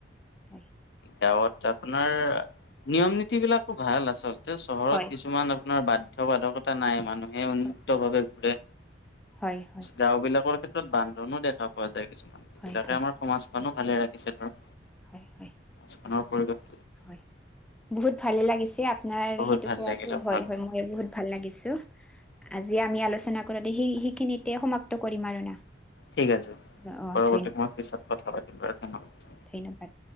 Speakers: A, in the centre; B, on the left.
A: হয়
B: গাঁৱত আপোনাৰ নিয়ম-নীতিবিলাকো ভাল আচলতে। চহৰত
A: হয়
B: কিছুমান আ পোনাৰ বাধ্য-বাধকতা নাই, মানুহে উন্মুক্তভাৱে
A: হয়
B: ঘুৰে।
A: হয় হয়
B: গাঁওবিলাকৰ ক্ষেত্ৰত বান্ধনো দেখা পোৱা যায় কিছুমান, যিবিলাকে
A: হয় হয়
B: আমাৰ সমাজখনো ভালে ৰাখিছে ধৰ
A: হয় - হয়।
B: সমাজখনৰ
A: হয়
B: পৰিৱেশ
A: হয়। বহুত ভালে লাগিছে আপোনাৰ
B: বহুত
A: সেইটো
B: ভাল
A: কোৱাটো,
B: লাগিল আপোনাৰ
A: হয় -
B: লগত
A: হয়। মই বহুত ভাল লাগিছো। আজি আমি আলোচনা কৰোঁতে সেই- সেইখিনিতে সমাপ্ত কৰিম আৰু না।
B: ঠিক আছে।
A: অ অ',
B: পৰৱৰ্তী
A: ধন্যবাদ
B: সময়ত মই পিছত কথা পাতিম বাৰু, ধন্যবাদ।
A: ধন্যবাদ।